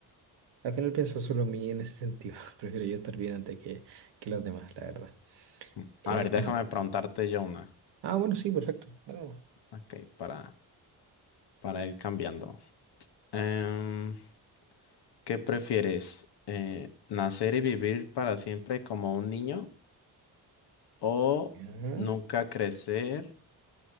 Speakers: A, on the right (about 75°); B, on the left (about 70°).
A: al final pienso solo en mí en ese sentido. <laughs> Prefiero yo estar bien antes que, que los demás, la verdad.
B: Mm,
A: Eh,
B: A ver,
A: bueno.
B: déjame preguntarte yo una,
A: Ah, bueno, sí, perfecto. Dale nomás.
B: ok, para, para ir cambiando. Em, ¿qué prefieres? Eh, ¿nacer y vivir para siempre como un niño? o
A: Ya.
B: nunca crecer,